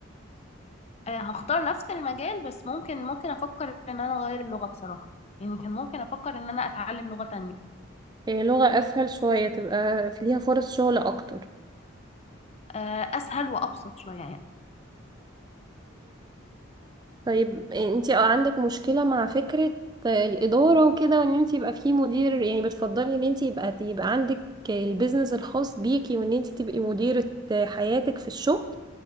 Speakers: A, on the left; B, on the right.
A: آه، هختار نفس المجال بس ممكن ممكن افكر ان انا اغير اللغه بصراحه يعني كان ممكن افكر ان انا اتعلم لغه تانية
B: إيه، لغة اسهل شوية تبقى ليها فرص شغل اكتر
A: آه، اسهل وابسط شويه يعني
B: طيب انتي اه عندك مشكلة مع فكرة الإدارة وكده وان انتي يبقى فيه مدير يعني بتفضلي ان انتي يبقى يبقى عندك البيزنس الخاص بيكي وان انتي تبقي مديرة حياتك في الشغل